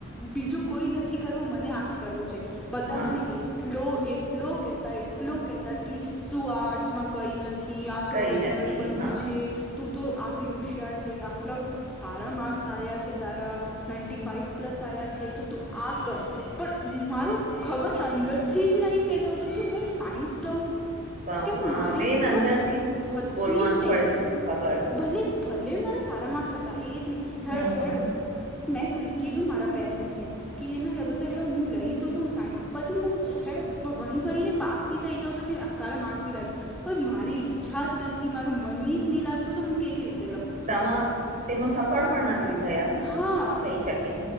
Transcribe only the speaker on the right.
હા
કઈ
નથી
હા
સ
હા
મેન
અંદરથી
બોલવાનું
પડે છેને ખબર...
હમ
તેમાં તેમાં સફળ પણ નથી થયા.
થઈ શકે.